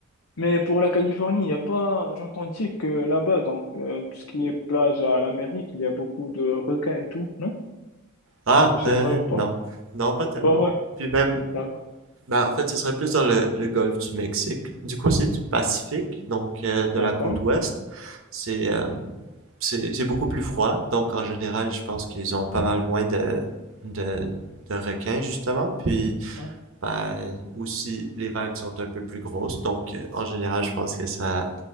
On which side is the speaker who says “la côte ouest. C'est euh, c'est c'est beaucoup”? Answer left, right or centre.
Right